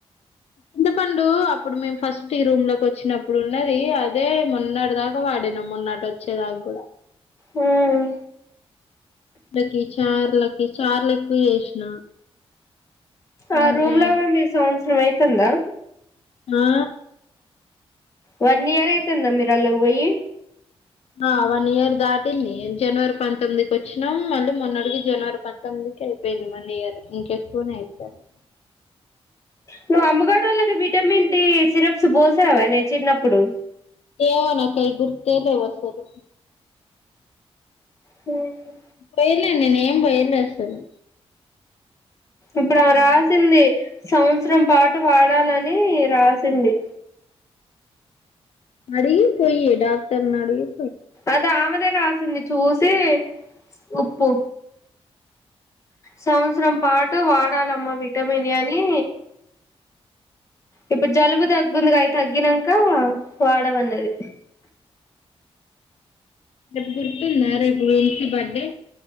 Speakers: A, on the left; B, on the left.
A: ఎంత పండు అప్పుడు మేము ఫస్ట్ ఈ రూమ్ లోకి వచ్చినప్పుడు ఉన్నది అదే మొన్నటి దాకా వాడినాం మొన్న ఆటోచే దాకా కూడా
B: మ్మ్
A: కి చర్లకి చార్లు ఎక్కువ చేసిన
B: ఆ
A: ఇంకా
B: రూమ్ లో కూడా మీరు స నీదైతందా
A: నో
B: వన్ ఇయర్ అయితేంద మీరళ్లకు పోయి
A: ఆ వన్ ఇయర్ దాటింది. జనవరి పంతొమ్మిదికి వచ్చినాం మళ్ళీ మొన్న అడికి జనవరి పంతొమ్మిదికి అయిపోయింది వన్ ఇయర్ ఇంకెక్కువనే అయిపోయింది
B: నువ్వు అమ్మగడోళ్ళకి విటమిన్ డి సిరప్స్ పోసావానే చిన్నప్పుడు
A: ఏమో నాకేం గుర్తే లేదసలు
B: మ్మ్
A: బయల్దేరుదామే పోయిలే అసలు
B: ఇప్పుడా
A: నాకు
B: రాసింది
A: తెలుసు
B: సంవత్సరం పాటు వాడాలని రాసింది
A: అడిగి పోయి డాక్టర్నడుగు
B: అదా ఆమెనే రాసింది చూసి ఉప్పు సంవత్సరం పాటు వాడాలమ్మా విటమినే అని ఇప్పుడు జలుబు దగ్గుంది అవి తగ్గినంక వాడమన్నది
A: <unintelligible> రేపు బర్డే